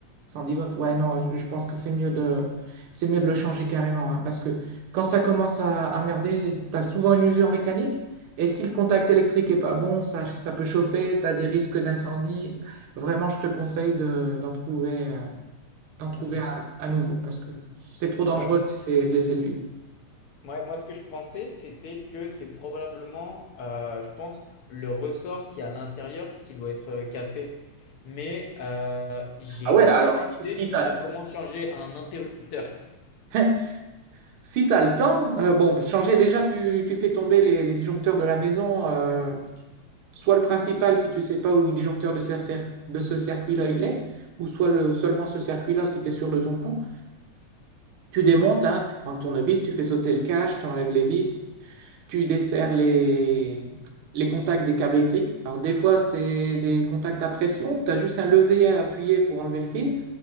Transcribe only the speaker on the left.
Ok.
Ouais,
Ouais, moi, ce que je pensais, c'était que c'est probablement, euh, je pense, le ressort qui est à l'intérieur qui doit être euh, cassé. Mais euh, j'ai
aucune idée
de comment changer un interrupteur.